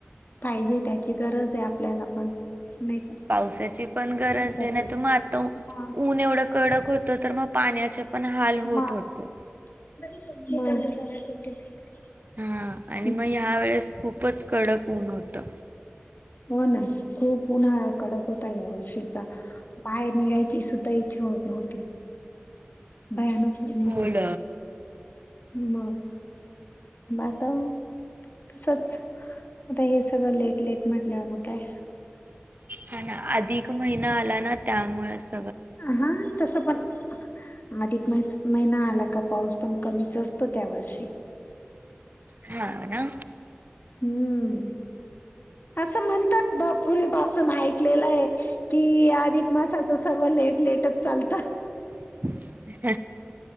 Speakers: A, on the left; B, on the right.
A: पाहिजे त्याची गरज आहे आपल्याला पण. नाही का
B: पावसाची पण गरजये
A: असाच
B: नाय
A: आहे
B: तर मग आता
A: मा-
B: ऊन एवढं कडक होतं तर मग पा - पाण्याचे पण हाल होत
A: मा-
B: होते.
A: <inaudible>
B: हा आणि मग ह्या वेळेस खूपच कडक ऊन होतं.
A: हो ना खूप उन्हाळा कडक होता या वर्षीचा. बाहेर निघायची सुद्धा इच्छा होत नव्हती. भयानक ऊन होत.
B: होल
A: म आता. तसच आता हे सगळं लेट लेट म्हटल्यावर मगं कायं.
B: हा ना अधिक महिना आला ना त्यामुळच.
A: हा तसं पण अधिक म महिना आला का पाऊस पण कमीच असतो त्या वर्षी.
B: हा ना.
A: हम्म. असं म्हणतात बा पूर्वीपासून ऐकलेलं ये की अधिक मासाच सर्व- लेट लेटच चालतं.
B: <unintelligible>